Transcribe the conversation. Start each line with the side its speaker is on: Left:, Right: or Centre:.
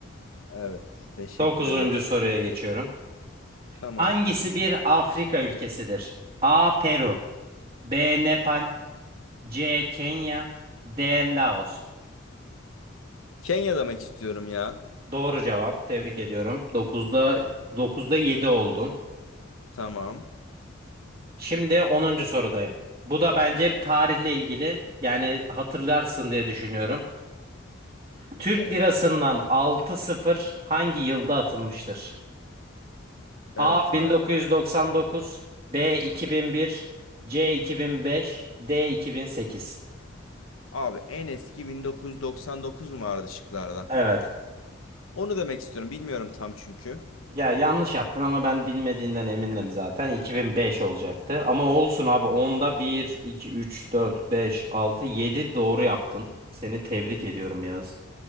Left: Evet, teşekkür
Right: 9.
Left: ederim.
Right: soruya geçiyorum.
Left: Tamam.
Right: Hangisi
Left: Teşekkür-
Right: bir Afrika ülkesidir? A. Peru, B. Nepal, C. Kenya, D. Laos.
Left: Kenya demek istiyorum ya.
Right: Doğru cevap. Tebrik ediyorum. 9'da 9'da 7 oldun.
Left: Tamam.
Right: Şimdi onuncu sorudayım. Bu da bence tarihle ilgili. Yani hatırlarsın diye düşünüyorum. Türk
Left: Evet.
Right: lirasından 6-0 hangi yılda atılmıştır?
Left: Evet
Right: A 1999,
Left: abi.
Right: B 2001, C 2005, D 2008.
Left: Abi en eski 1999 mu vardı şıklarda?
Right: Evet.
Left: Onu demek istiyorum. Bilmiyorum tam çünkü.
Right: Ya yanlış yaptın ama ben bilmediğinden emindim zaten. 2005 olacaktı. Ama olsun abi. Onda bir, 2, 3, 4, 5, 6, 7 doğru yaptın. Seni tebrik ediyorum Yağız.